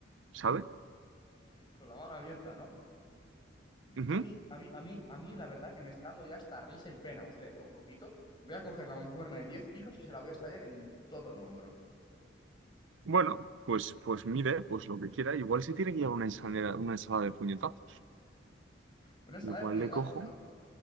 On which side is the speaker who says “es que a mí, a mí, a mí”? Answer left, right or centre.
Left